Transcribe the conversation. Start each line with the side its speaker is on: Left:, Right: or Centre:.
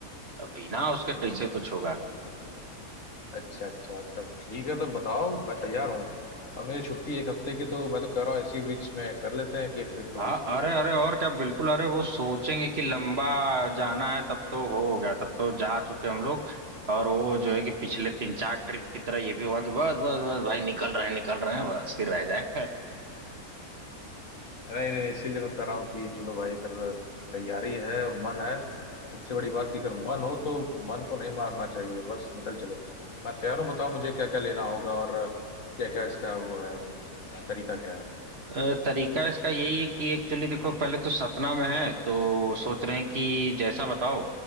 Right: अब बिना उसके कैसे कुछ होगा
Left: अच्छा अच्छा तब ठीक है तो बताओ मैं तैयार हूँ और मेरी छुट्टी एक हफ्ते की तो मैं तो कह रहा हूँ इसी बीच में कर लेते हैं कि एक ट्रिप छोटी
Right: हाँ
Left: सी
Right: अरे अरे और क्या बिल्कुल अरे वो सोचेंगे कि लंबा जाना है तब तो हो गया तब तो जा चुके हम लोग और वो जो है कि पिछले तीन चार ट्रिप की तरह ये भी होगा कि बस बस बस भाई निकल रहे हैं निकल रहे हैं बस फिर रह जाएगा
Left: नहीं नहीं इसीलिए मैं कह रहा हूँ कि चलो भाई अगर तैयारी है और मन है सबसे बड़ी बात कि अगर मन हो तो मन को नहीं मारना चाहिए बस निकल चलो मैं तैयार हूँ बताओ मुझे क्या क्या लेना होगा और क्या क्या इसका वो है तरीका क्या है
Right: अ, तरीका इसका यही है कि एक्चुअली देखो पहले तो सतना में है तो सोच रहे हैं कि जैसा बताओ